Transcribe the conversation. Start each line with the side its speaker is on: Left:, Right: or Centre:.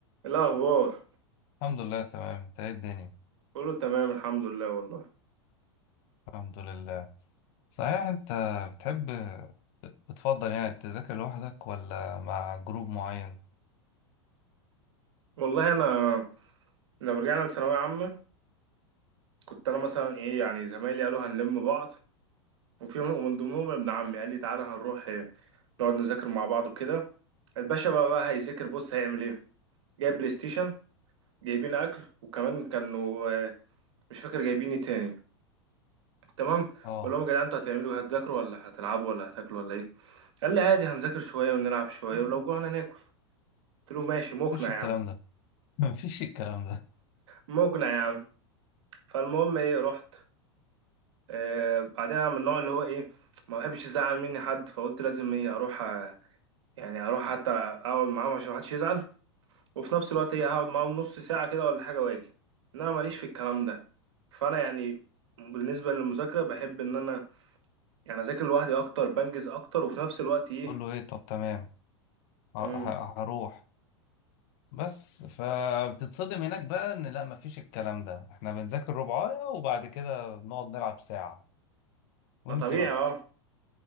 Right: الأخبار
Left: الحمد لله تمام انت ايه الدنيا
Right: كله تمام الحمد لله والله
Left: الحمد لله صحيح انت بتحب بتفضل يعني تذاكر لوحدك ولا مع جروب معين
Right: والله أنا لو رجعنا لثانوية عامة كنت أنا مثلا إيه يعني زمايلي قالوا هنلم بعض وفي ومن ضمنهم ابن عمي قال لي تعالى هنروح إيه، نقعد نذاكر مع بعض وكده الباشا بقى بقى هيذاكر بص هيعمل إيه جايب بلاي ستيشن جايبين أكل وكمان كانوا آه، مش فاكر جايبين إيه تاني تمام
Left: اه
Right: بقول لهم يا جدعان أنتوا هتعملوا إيه هتذاكروا ولا هتلعبوا ولا هتاكلوا ولا إيه قال لي عادي هنذاكر شوية ونلعب شوية ولو جوعنا ناكل قلت له ماشي مقنع
Left: مفيش الكلام
Right: يا عم
Left: ده <laughs> مفيش الكلام ده
Right: مقنع يا عم فالمهم ايه رحت آه بعدين انا من النوع اللي هو ايه ما بحبش يزعل مني حد فقلت لازم ايه اروح آه، يعني اروح حتى اقعد معاهم عشان محدش يزعل وفي نفس الوقت ايه هقعد معاهم نص ساعة كده ولا حاجة واجي ان انا ماليش في الكلام ده فانا يعني بالنسبة للمذاكرة بحب ان انا يعني اذاكر لوحدي اكتر بنجز اكتر وفي نفس الوقت ايه
Left: تقول له ايه طب تمام ه-
Right: امم
Left: ه- هروح بس فبتتصدم هناك بقى ان لا مفيش الكلام ده احنا بنذاكر ربعاية وبعد كده بنقعد نلعب ساعة ويمكن
Right: ما طبيعي
Left: اكتر
Right: اه